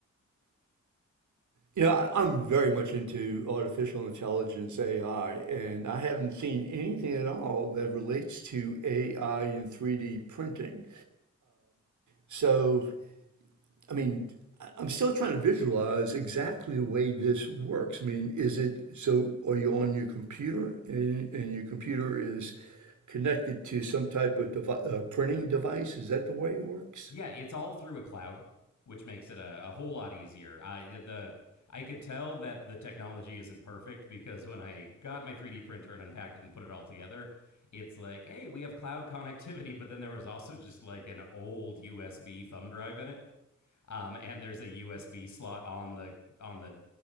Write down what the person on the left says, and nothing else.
Yeah, it's all through a cloud, which makes it a, a whole lot easier. I the I could tell that the technology isn't perfect because when I got my 3D printer and unpacked it and put it all together, it's like, hey, we have cloud connectivity, but then there was also just like an old USB thumb drive in it. um, and there's a USB slot on the on the